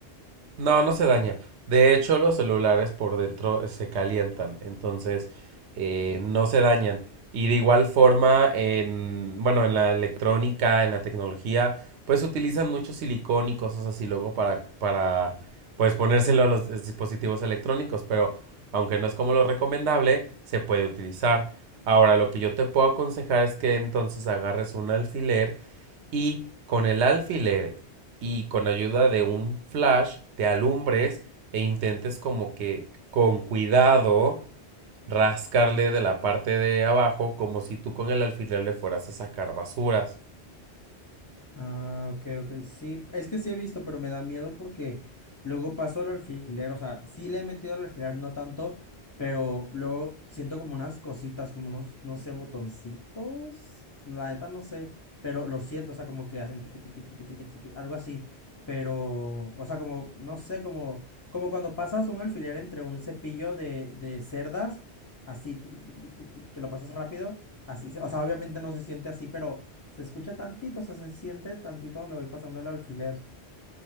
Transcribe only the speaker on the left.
Ah, ok, ok. Sí, es que sí he visto, pero me da miedo porque luego paso el alfiler. O sea, sí le he metido al alfiler, no tanto, pero luego siento como unas cositas, como unos, no sé, botoncitos. La neta no sé, pero lo siento, o sea, como que hacen triqui, triqui, triqui, triqui, triqui, algo así. Pero, o sea, como, no sé, como, como cuando pasas un alfiler entre un cepillo de, de cerdas, así, tiqui, tiqui, tiqui, tiqui, tiqui, que lo pasas rápido. Así, se- o sea, obviamente no se siente así, pero se escucha tantito, o sea, se siente tantito donde voy pasando el alfiler.